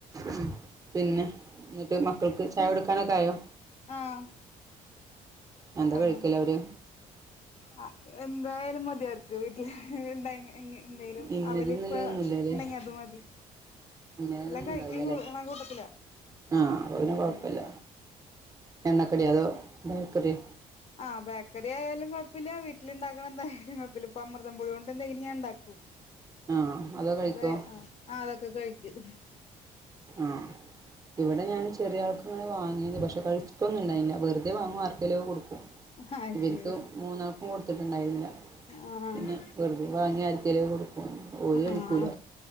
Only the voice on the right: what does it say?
ഉം പിന്നെ എന്നിട്ട് മക്കൾക്ക് ചായടുക്കാനൊക്കായോ
എന്താ
കഴിക്കല് അവര്
ഇന്നത്
ഇന്നലെയൊന്നുമില്ലല്ലേ
ഇന്നതൊന്നും
ഉണ്ടാവില്ലല്ലേ
ആഹ് അപ്പപിന്നെ കൊഴപ്പല്ല
എണ്ണക്കടി അതോ ബേക്കറിയോ
ആഹ് അതോ കഴിക്കോ
ആഹ് ഇവിടെ ഞാൻ ചെറിയാൾക്ക് അങ്ങനെ വാങ്ങിന്ന് പക്ഷെ കഴിചിട്ടൊന്നും ഉണ്ടായില്ല വെറുതെ വാങ്ങും ആർക്കേലും ഒക്കെ കൊടുക്കും
ഇവർക്ക് മൂന്നാൾക്കും കൊടുത്തിട്ടുണ്ടായിരുന്നില്ല
പിന്നെ വെറുതെ വാങ്ങി ആർക്കെലുമൊക്കെ കൊടുക്കും ഓര്
കഴിക്കൂല